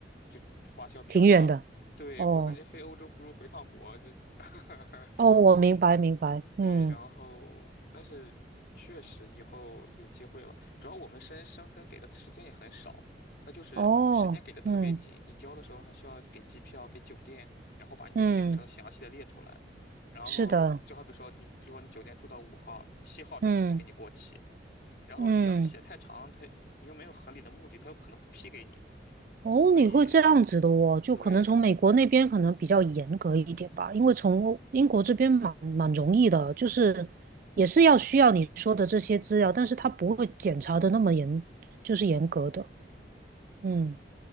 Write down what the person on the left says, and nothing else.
就花销比较大。
对，
我感觉飞欧洲不如回趟国，这 <laughs>
对
对，然后但是确实以后有机会了，主要我们深深根给的时间也很少，他就是时间给的特别紧，
你交的时候还需要给机票、给酒店，然后把你的行程详细的列出来，
然后就好比说你就说你酒店住到五号，
你七号他可能就给你过期，
然后你要是写太长，
他你又没有合理的目的，他又不可能不批给你，
所以
对
哦，